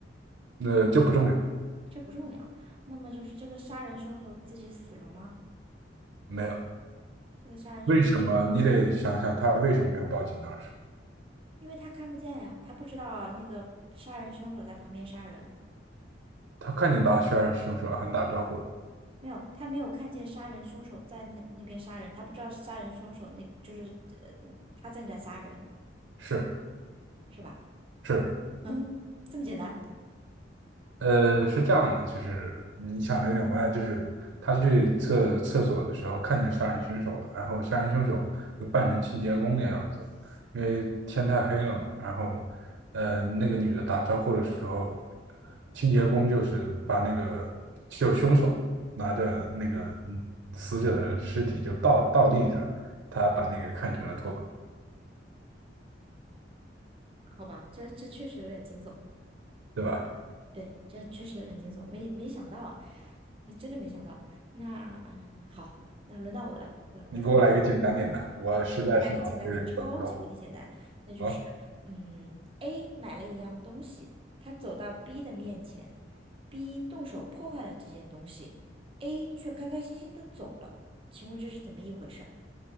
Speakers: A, on the right; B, on the right.
A: 那这不重要，
B: 这不重要。那么就是这个杀人凶手自己死了吗？
A: 没有，
B: 这个杀人凶手，
A: 为什么你得想想他为什么没有报警？当时
B: 因为他看不见呀，他不知道那个杀人凶手在旁边杀人，
A: 他看见大杀人凶手了，还打招呼了，
B: 没有，他没有看见杀人凶手在那那边杀人，他不知道杀人凶手那就是呃他正在杀人，
A: 是
B: 是吧？
A: 是，
B: <laughs> 嗯，这么简单？
A: 呃，是这样的，就是你想的有点歪，就是他去厕厕所的时候看见杀人凶手了，然后杀人凶手就扮成清洁工的样子，因为天太黑了嘛，然后呃那个女的打招呼的时候，清洁工就是把那个就凶手拿着那个死者的尸体就倒倒立着，他把那个看成了拖把，
B: 好吧，这这确实有点惊悚。
A: 对吧？
B: 对，这确实有点惊悚，没没想到啊，没真的没想到。那啊、呃好，那轮到我了，我我再来。
A: 你给我来一个简单点的，我实在是脑子有点转不动。
B: 好，我给你来个简单点，超级无敌简单，那就是嗯，A
A: 好，
B: 买了一样东西，他走到 B 的面前，B 动手破坏了这件东西，A 却开开心心的走了。请问这是怎么一回事儿？